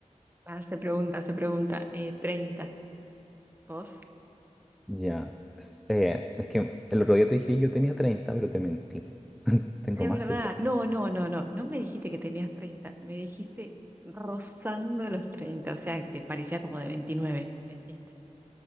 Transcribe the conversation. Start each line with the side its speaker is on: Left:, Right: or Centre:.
Right: Ah, se pregunta, se pregunta. Eh, 30. ¿Vos?
Centre: Ya. Es eh, es que el otro día te dije yo tenía 30 pero te mentí. <laughs> Tengo
Right: Es
Centre: más
Right: verdad.
Centre: edad.
Right: No, no, no, no. No me dijiste que tenías 30. Me dijiste rozando los 30. O sea, te parecía como de veintinueve. Mentiste.